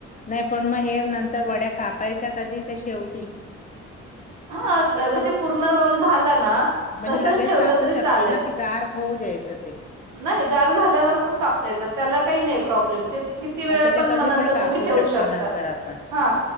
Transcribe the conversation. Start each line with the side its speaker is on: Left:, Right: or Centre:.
Left: नाही पण मग हे नंतर वड्या कापायच्या कधी त्या शेवटी?
Right: हा म्हणजे पूर्ण रोल झाल ना
Left: म्हणजे
Right: तसच
Left: लगेच
Right: ठेवलं
Left: कापू
Right: तरी
Left: शकतो
Right: चालेल,
Left: ना की गार होऊ द्यायचं ते
Right: नाही गार झाल्यावर पण कापता येतात त्याला काही नाही प्रॉब्लेम ते किती वेळ
Left: अच्छा ते
Right: पण
Left: कधी
Right: नंतर
Left: कापू
Right: तुम्ही ठेवू
Left: शकतो
Right: शकता
Left: नंतर आपण
Right: हा